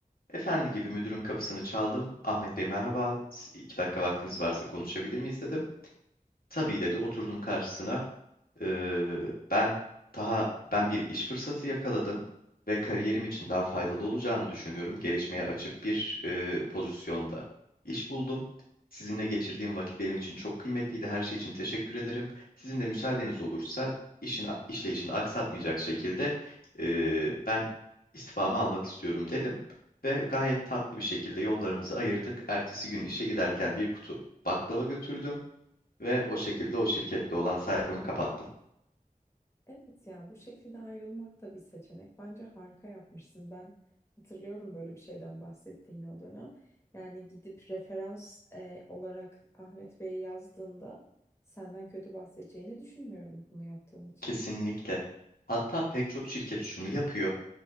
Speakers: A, on the left; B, on the left.
A: Efendi gibi müdürün kapısını çaldım. Ahmet Bey merhaba, iki dakika vaktiniz varsa konuşabilir miyiz dedim. Tabii dedi, oturdum karşısına. Ee, ben daha ben bir iş fırsatı yakaladım ve kariyerim için daha faydalı olacağını düşünüyorum. Gelişmeye açık bir e, pozisyonda iş buldum. Sizinle geçirdiğim vakit benim için çok kıymetliydi. Her şey için teşekkür ederim. Sizin de müsaadeniz olursa işin işleyişini aksatmayacak şekilde e, ben istifamı almak istiyorum dedim ve gayet tatlı bir şekilde yollarımızı ayırdık. Ertesi gün işe giderken bir kutu baklava götürdüm ve o şekilde o şirkette olan sayfamı kapattım.
B: Evet yani bu şekilde ayrılmak da bir seçenek. Bence harika yapmışsın. Ben hatırlıyorum böyle bir şeyden bahsettiğini o dönem. Yani gidip referans e, olarak Ahmet Bey'i yazdığında senden kötü bahsedeceğini düşünmüyorum bunu yaptığın için.
A: Kesinlikle. Hatta pek çok şirket şunu yapıyor.